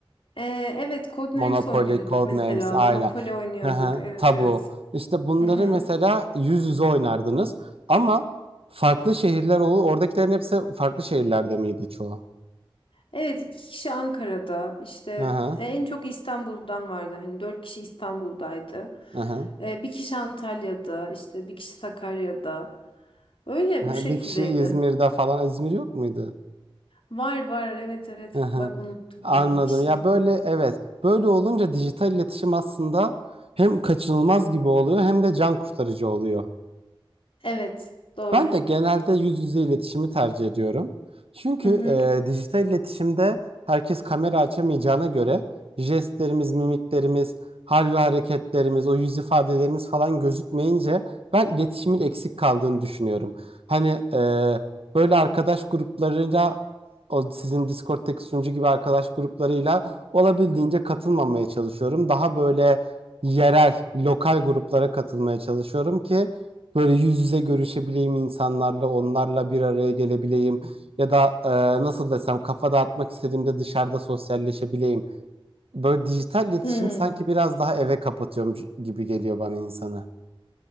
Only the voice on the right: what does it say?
Monopoly,
Codenames
aynen.
Hı hı,
Tabu.
İşte bunları
mesela yüz yüze oynardınız. Ama farklı şehirler olur. Oradakilerin hepsi farklı şehirlerde miydi çoğu?
Hı hı,
hı hı.
Hı
hı.
Bir kişi İzmir'de falan. İzmir yok muydu?
Hı hı.
Anladım.
Ya
böyle evet. Böyle olunca dijital iletişim aslında hem kaçınılmaz gibi oluyor hem de can kurtarıcı oluyor.
Ben de genelde yüz yüze iletişimi tercih ediyorum. Çünkü
e, dijital iletişimde herkes kamera açamayacağına göre jestlerimiz, mimiklerimiz, hal ve hareketlerimiz, o yüz ifadelerimiz falan gözükmeyince ben iletişimin eksik kaldığını düşünüyorum. Hani e, böyle arkadaş gruplarıyla o sizin Discord'daki sunucu gibi arkadaş gruplarıyla olabildiğince katılmamaya çalışıyorum. Daha böyle yerel, lokal gruplara katılmaya çalışıyorum ki böyle yüz yüze görüşebileyim insanlarla, onlarla bir araya gelebileyim ya da e, nasıl desem kafa dağıtmak istediğimde dışarıda sosyalleşebileyim. Böyle dijital iletişim
sanki biraz daha eve kapatıyormuş gibi geliyor bana insanı.